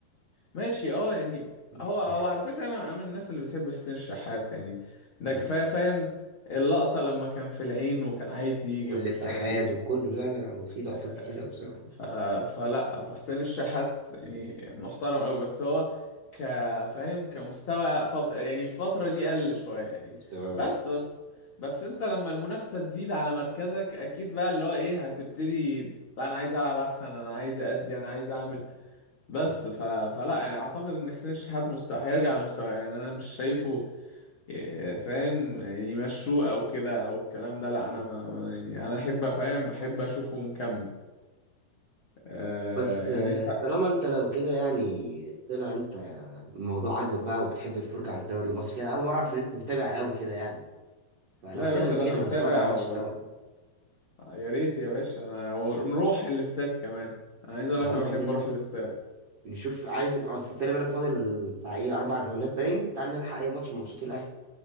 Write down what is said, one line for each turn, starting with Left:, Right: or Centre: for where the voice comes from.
Left: ماشي اه يعني
Right: مرتاح
Left: هو هو على فكرة انا أنا من الناس اللي بتحب حسين الشحات يعني ده
Right: مم.
Left: كفاية فاهم اللقطة لما كان في العين وكان عايز يجي
Right: والاتحاد
Left: ومش عارف ايه
Right: وكله لا لا لا هو في لقطات
Left: آه،
Right: كتير قوي بصراحه
Left: ف... فلا فحسين الشحات يعني محترم قوي بس هو كفاهم كمستوى فض... يعني في الفترة دي قل شوية يعني
Right: مستواه
Left: بس
Right: واقع
Left: بس بس انت لما المنافسة تزيد على مركزك اكيد بقى اللي هو ايه هتبتدي لا انا عايز العب احسن انا عايز ادي انا عايز اعمل بس
Right: مم.
Left: ف... فلا يعني اعتقد ان حسين الشحات مست... هيرجع لمستوى يعني انا مش شايفه ي- فاهم يمشوه او كده او الكلام ده لا انا
Right: مم.
Left: ما... ما- يعني انا احب فاهم احب اشوفه مكمل آه
Right: بس
Left: يعني
Right: آه،
Left: انت
Right: طالما انت لو كده يعني طلع انت الموضوع عاجبك بقى وبتحب الفرجه على الدوري المصري كده أنا اول مره اعرف ان انت متابع قوي كده يعني فلو
Left: لا
Right: كده
Left: يا باشا
Right: ما تيجي
Left: ده انا
Right: نبقى
Left: متابع
Right: نتفرج على ماتش
Left: و...
Right: سوا
Left: يا ريت يا باشا أنا... ونروح الاستاد كمان انا عايز
Right: يلا
Left: اقول لك انا بحب
Right: بينا
Left: اروح الاستاد
Right: نشوف عايز أصل خلي بالك فاضل بتاع ايه اربع جولات باين تعال نلحق اي ماتش من ماتشات الاهلي